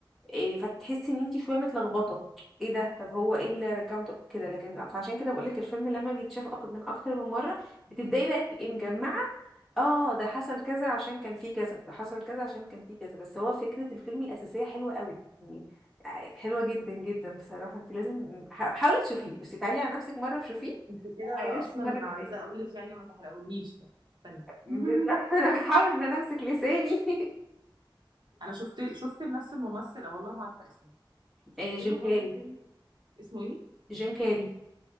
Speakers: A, in the centre; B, on the right (about 60°).
A: إيه فتحسي ان انت شويه متلخبطه ايه ده طب هو ايه اللي رجعهم طب كده لكن فعشان كده بقول لك الفيلم لما بيتشاف أك- من اكتر من مره بتبداي بقى تبقي مجمعه اه ده حصل كذا عشان كان فيه كذا ده حصل كذا عشان كان فيه كذا بس هو فكره الفيلم الاساسيه حلوه قوي يعني حلوه جدا جدا بصراحه انت لازم حا- حاولي تشوفيه بس تعالي على نفسك مره وشوفيه
B: انت كده
A: وبعد كده شوفي
B: اصلا
A: مره
B: انا
A: كمان
B: عايزه اقول لك يعني ما تحرقوليش لا استني <laughs>
A: بالظبط <laughs> انا بحاول ان انا امسك لساني <laughs>
B: انا شفت شفت لنفس الممثل والله ما عارفه اسمه شفت
A: إيه جيم
B: له
A: كاري
B: برضو فيلم اسمه ايه
A: جيم كاري